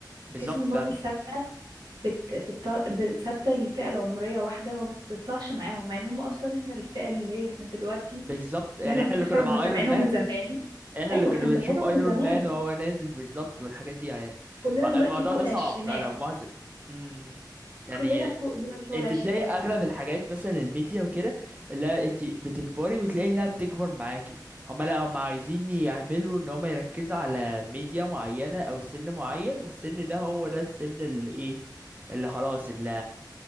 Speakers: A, on the right (about 20°); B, on the right (about 65°).
A: بالظبط
B: تحس ان
A: فعلا
B: مارفل ثابتة بت... بت... بت... ثابتة للفئة العمرية واحدة ما بتطلعش معاهم مع ان هم اصلا احنا الفئة اللي هي احنا دلوقتي
A: بالظبط يعني
B: اللي احنا
A: احنا
B: بنتفرج
A: اللي كنا مع
B: متابعينهم
A: ايرون مان
B: من زمان
A: احنا
B: ايوه
A: اللي كنا
B: احنا
A: بنشوف
B: متابعينهم
A: ايرون
B: من زمان
A: مان وهو نازل بالظبط والحاجات دي يعني
B: كلنا
A: ما-
B: دلوقتي
A: الموضوع
B: فوق
A: ده
B: العشرينات
A: صعب فعلا ومحزن امم يعني
B: كلنا فوق دلوقتي فوق
A: انت
B: العشرينات
A: تلاقي اغلب
B: بس
A: الحاجات مثلا الميديا وكده لا انت بتكبري وتلاقي انها بتكبر معاكي هما لا هما عايزين يعملوا ان هما يركزوا على ميديا معينة او سن معين والسن ده هو ده السن اللي ايه اللي خلاص اللي